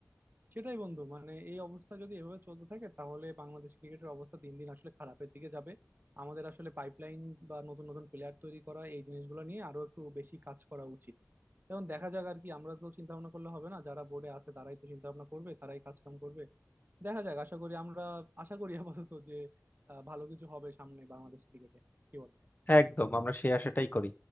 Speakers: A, on the right; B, on the left.
A: সেটাই বন্ধু মানে এই অবস্থা যদি এভাবে চলতে থাকে তাহলে বাংলাদেশ ক্রিকেটের অবস্থা দিন দিন আসলে খারাপের দিকে যাবে আমাদের আসলে পাইপলাইন বা নতুন নতুন প্লেয়ার তৈরি করা এই জিনিসগুলো নিয়ে আরো একটু বেশি কাজ করা উচিত এখন দেখা যাক আর কি আমরা তো চিন্তা ভাবনা করলে হবে না যারা বোর্ডে আছে তারাই তো চিন্তা ভাবনা করবে তারাই কাজ কাম করবে দেখা যাক আশা করি আমরা আশা করি আপাতত যে আহ, ভালো কিছু হবে সামনে বাংলাদেশ ক্রিকেটে কি বল
B: একদম আমরা সেই আশাটাই করি